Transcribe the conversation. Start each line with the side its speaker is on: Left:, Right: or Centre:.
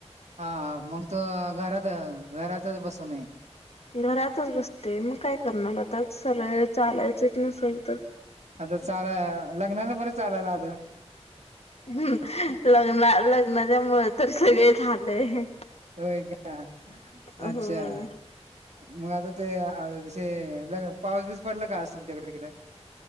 Right: हा हा, मग तू घरात,, घरातच बसूनयऽऽ
Left: घरातच बसते मग काय करणार आता सगळं चालायचच नसलंऽऽ
Right: आता चालाय, अंऽऽ, लग्नाला बरं चालयला आलं,
Left: हम्,, लग्ना,, लग्नाच्या मुळं तर सगळे झालेय.
Right: होय का,,
Left: हो
Right: अच्छा. मग आता तेे अंऽऽऽ पाऊस बीस पडला का आज तुमच्याकडे तिकडेऽऽ